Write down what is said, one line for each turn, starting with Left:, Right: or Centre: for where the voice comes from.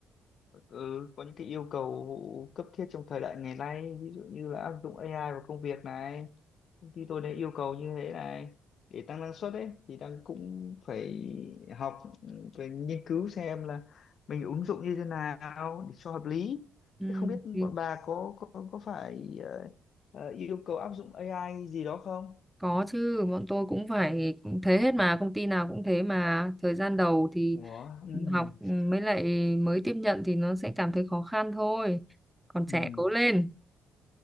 Left: ừ, có những cái yêu cầu cấp thiết trong thời đại ngày nay, ví dụ như là áp dụng AI vào công việc này. công ty tôi đã yêu cầu như thế này để tăng năng suất ấy thì đang cũng phải học phải nghiên cứu xem là mình ứng dụng như thế nào để cho hợp lý
Centre: Ừ.
Left: thế không biết
Centre: thì
Left: bọn bà có có có phải ờ, ờ, yêu cầu áp dụng AI gì đó không
Centre: có chứ, bọn tôi cũng phải cũng thế hết mà, công ty nào cũng thế mà. Thời gian đầu thì
Left: ủa ừ,
Centre: học ừ, mới lại mới tiếp nhận thì nó sẽ cảm thấy khó khăn thôi. Còn
Left: ừ.
Centre: trẻ cố lên.